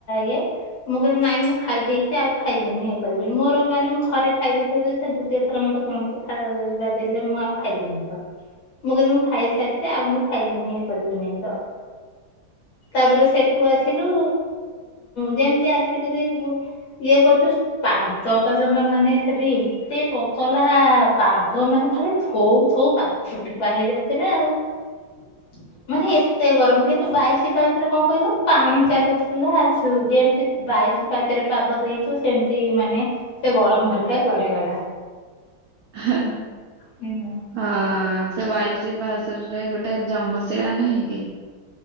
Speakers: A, on the left (about 70°); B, on the right (about 75°).
A: ଇଏ ମୁଁ କହିଲି ନାଇଁ ମୁଁ ଖାଇ ଦେଇଛି ଆଉ ଖାଇବିନି ଇଏ କରିବନି ମୋର ମାନେ ଥରେ ଖାଇ ଦେଇଥିବି ଦ୍ୱିତୀୟ ଥର ମତେ କୌଣସି ଖାଇବା ଦେଲେ ମୁଁ ଆଉ ଖାଇବିନି ତ ମୁଁ କହିଲି ମୁଁ ଖାଇସାରିଛିି ଆଉ ମୁଁ ଖାଇବିନି ଇଏ କରିବିିନି ତ ତାପରେ ସେଠୁ ଆସିଲୁ ଯେ ଆସିକରି ଇଏ କରୁଛୁ ପାଦ ତ ଜମା ମାନେ ସେଠି ଏତେ ତତଲା ପାଦ ମାନେ ଖାଲି ଥଉ ଥଉ ପାଦ ଫୁଟୁକା ହେଇଯାଉଥିଲା ଆଉ। ହ ମାନେ ଏତେ ଗରମ କିନ୍ତୁ ବାଇଶି ପାହାଚରେ କଣ କହିଲ ପାଣି ଚାଲୁଥିଲା ଏମିତି ବାଇଶି ପାହଚ ରେ ପାଦ ଦେଇଛୁ ସେମିତି ମାନେ ସେ ଗରମ ହରିକା କୁଆଡେ ଗଲା।
B: ହ
A: ହୁଁ
B: ହଁ ସେ ବାଇଶି ପାହାଚରେ ଗୋଟେ ଯମଶିଳା ନହିଁ କି?